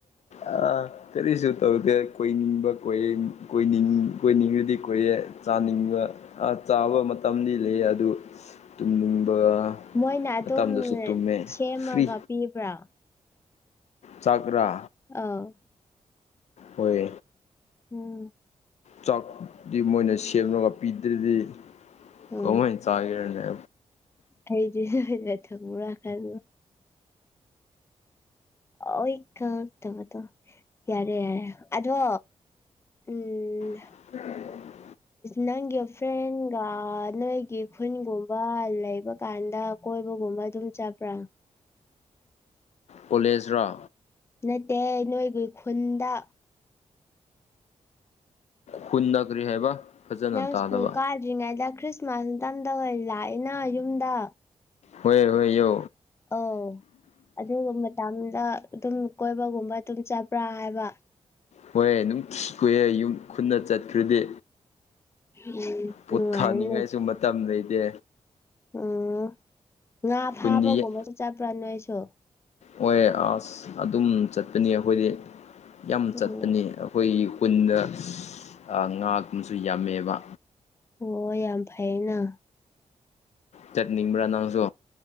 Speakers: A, on the left; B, on the left.
A: ꯑꯥ ꯀꯔꯤꯁꯨ ꯇꯧꯗꯦ ꯀꯣꯏꯅꯤꯡꯕ ꯀꯣꯏꯌꯦ ꯀꯣꯏꯅꯤꯡ ꯀꯣꯏꯅꯤꯡꯕꯗꯤ ꯀꯣꯏꯌꯦ ꯆꯥꯅꯤꯡꯕ ꯆꯥꯕ ꯃꯇꯝꯗꯤ ꯂꯩꯑꯦ ꯑꯗꯨ ꯇꯨꯝꯅꯤꯡꯕ
B: ꯃꯣꯏꯅ ꯑꯗꯨꯝ
A: ꯃꯇꯝꯗꯁꯨ ꯇꯨꯝꯃꯦ
B: ꯁꯦꯝꯃꯒ
A: ꯐ꯭ꯔꯤ
B: ꯄꯤꯕ꯭ꯔꯥ
A: ꯆꯥꯒ꯭ꯔꯥ
B: ꯑ
A: ꯍꯣꯏ
B: ꯎꯝ
A: ꯆꯥꯛꯇꯤ ꯃꯣꯏꯅ ꯁꯦꯝꯂꯒ ꯄꯤꯗ꯭ꯔꯥꯗꯤ
B: ꯎꯝ
A: ꯀꯃꯥꯢ ꯆꯥꯒꯦꯔꯅꯦ
B: ꯑꯩꯗꯤ ꯑꯩꯅ ꯊꯪꯕ꯭ꯔꯥ ꯈꯟꯕ ꯋꯦꯛ ꯀꯞ ꯇꯧꯕꯗꯣ ꯌꯥꯔꯦ ꯑꯗꯣ ꯎꯝ
A: <unintelligible>
B: ꯅꯪꯒꯤ ꯐ꯭ꯔꯦꯟꯒ ꯅꯣꯏꯒꯤ ꯈꯨꯟꯒꯨꯝꯕ ꯂꯩꯕ ꯀꯥꯟꯗ ꯀꯣꯏꯕꯒꯨꯝꯕ ꯑꯗꯨꯝ ꯆꯠꯄ꯭ꯔꯥ
A: ꯀꯣꯂꯦꯖ ꯔꯣ
B: ꯅꯠꯇꯦ ꯅꯣꯏꯒꯤ ꯈꯨꯟꯗ
A: ꯈꯨꯟꯗ ꯀꯔꯤ ꯍꯥꯏꯕ ꯐꯖꯅ
B: ꯅꯪ
A: ꯇꯥꯗꯕ
B: ꯁ꯭ꯀꯨꯜ ꯀꯥꯗ꯭ꯔꯤꯉꯩꯗ ꯈ꯭ꯔꯤꯁꯃꯥꯁ ꯃꯇꯝꯗ ꯂꯥꯛꯏꯅ ꯌꯨꯝꯗ
A: ꯍꯣꯏ ꯍꯣꯏ ꯌꯣ
B: ꯑꯧ ꯑꯗꯨꯒ ꯃꯇꯝꯗ ꯑꯗꯨꯝ ꯀꯣꯏꯕꯒꯨꯝꯕ ꯑꯗꯨꯝ ꯆꯠꯄ꯭ꯔꯥ ꯍꯥꯏꯕ
A: ꯍꯣꯏ ꯅꯨꯡ ꯀꯨꯌꯦ ꯌꯨꯝ ꯈꯨꯟꯗ ꯆꯠꯈ꯭ꯔꯗꯤ
B: ꯎꯝ
A: ꯄꯨꯠꯊꯥꯅꯤꯡꯉꯥꯏꯁꯨ
B: ꯅꯨꯡꯉꯥꯏꯅꯦ
A: ꯃꯇꯝ ꯂꯩꯇꯦ
B: ꯎꯝ ꯉꯥ ꯐꯥꯕꯒꯨꯝꯕꯁꯨ
A: ꯈꯨꯟꯗꯤ
B: ꯆꯠꯄ꯭ꯔꯥ ꯅꯣꯏꯁꯨ
A: ꯍꯣꯢ ꯑꯁ ꯑꯗꯨꯝ ꯆꯠꯄꯅꯤ ꯑꯈꯣꯏꯗꯤ ꯌꯥꯝ
B: ꯑꯣ
A: ꯆꯠꯄꯅꯤ ꯑꯈꯣꯏꯒꯤ ꯈꯨꯟꯗ ꯑ ꯉꯥ ꯒꯨꯝꯁꯨ ꯌꯥꯝꯃꯦꯕ
B: ꯑꯣ ꯌꯥꯝ ꯐꯩꯅ
A: ꯆꯠꯅꯤꯡꯕ꯭ꯔꯥ ꯅꯪꯁꯨ